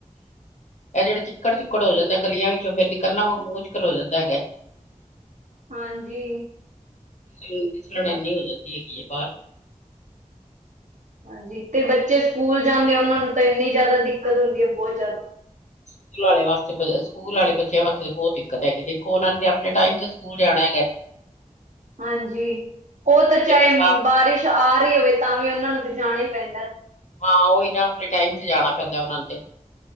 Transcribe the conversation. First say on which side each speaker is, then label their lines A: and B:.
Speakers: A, on the left; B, on the right.
A: ਇਹ ਜਿਹੜੇ ਚਿੱਕੜ-ਚੁੱਕੜ ਹੋ ਜਾਂਦੇ ਆ ਗਲੀਆਂ ਵਿੱਚੋਂ ਫੇਰ ਨਿਕਲਣਾ ਉਹ ਮੁਸ਼ਕਿਲ ਹੋ ਜਾਂਦਾ ਹੈਗਾ। <inaudible> <unintelligible>
B: ਹਾਂਜੀ।
A: ਫਿਸਲਣ ਏਨੀ ਹੋ ਜਾਂਦੀ ਹੈਗੀ ਹੈ ਬਾਹਰ।
B: ਹਾਂਜੀ ਤੇ ਬੱਚੇ ਸਕੂਲ ਜਾਂਦੇ ਆ ਉਹਨਾਂ ਨੂੰ ਤਾਂ ਇੰਨੀ ਜ਼ਿਆਦਾ ਦਿੱਕਤ ਹੁੰਦੀ ਹੈ ਬਹੁਤ ਜ਼ਿਆਦਾ।
A: ਸਕੂਲ ਵਾਲੇ ਵਾਸਤੇ ਸਕੂਲ ਵਾਲੇ ਬੱਚਿਆਂ ਵਾਸਤੇ ਬਹੁਤ ਦਿੱਕਤ ਹੈਗੀ ਦੇਖੋ ਉਹਨਾਂ ਨੇ ਤੇ ਆਪਣੇ ਟਾਈਮ ਤੇ ਸਕੂਲ ਜਾਣਾ ਹੈਗਾ।
B: ਹਾਂਜੀ, ਉਹ ਤਾਂ ਚਾਹੇ
A: ਜੇ ਬਰਸਾਤ
B: ਬਾਰਿਸ਼ ਆ ਰਹੀ ਹੋਵੇ ਤਾਂ ਵੀ ਉਹਨਾਂ ਨੂੰ ਤਾਂ ਜਾਣਾ ਹੀ ਪੈਂਦਾ।
A: ਹਾਂ ਉਹ ਹੀ ਨਾ ਆਪਣੇ ਟਾਈਮ ਚ ਜਾਣਾ ਪੈਂਦਾ ਉਹਨਾਂ ਤੇ।